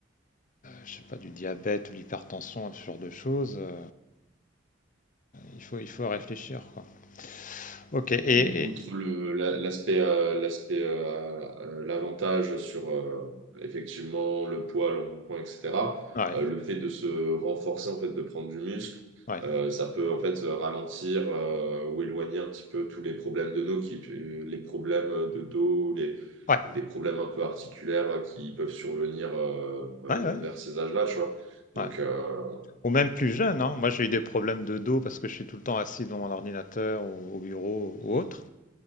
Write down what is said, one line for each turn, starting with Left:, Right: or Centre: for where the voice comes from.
Left: je sais pas, du diabète ou l'hypertension, ce genre de choses, euh, il faut, il faut réfléchir, quoi. Ok, et,
Right: Puis, outre
Left: et-
Right: le, la- l'aspect, euh, l'aspect, euh, euh, l'avantage sur euh, effectivement le poids, le mouvement, etc.,
Left: ouais,
Right: euh, le fait de se renforcer, en fait, de prendre du muscle,
Left: ouais,
Right: euh, ça peut en fait euh, ralentir euh, ou éloigner un petit peu tous les problèmes de dos, qui, euh, les problèmes de dos, les,
Left: ouais,
Right: ou les problèmes un peu articulaires euh, qui peuvent survenir euh, euh,
Left: ouais, ouais,
Right: vers ces âges-là, tu vois. Donc,
Left: ouais.
Right: euh,
Left: Ou même plus jeune, hein. Moi, j'ai eu des problèmes de dos parce que je suis tout le temps assis devant mon ordinateur ou au bureau ou
Right: hmm,
Left: autre.